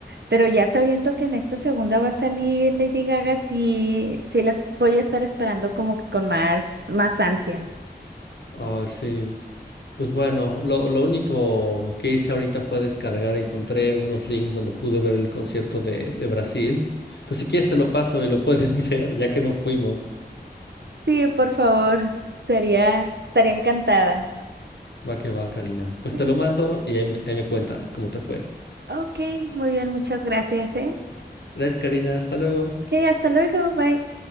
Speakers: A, on the right; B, on the left.
A: Pero ya sabiendo que en esta segunda va a salir Lady Gaga, sí, sí las voy a estar esperando como que con más, más ansia.
B: Ah, sí. Pues bueno, lo, lo único que hice ahorita fue descargar, encontré unos links donde pude ver el concierto de, de Brasil. Entonces, si quieres te lo paso y lo puedes <laughs> ver, ya que no fuimos.
A: Sí, por favor, sería, estaría encantada.
B: Va que va, Karina. Pues
A: Sí.
B: te lo mando y ahí me ahí me cuentas cómo te fue.
A: Ok, muy bien, muchas gracias, ¿eh?
B: Gracias, Karina. Hasta luego.
A: Ok, hasta luego, bye.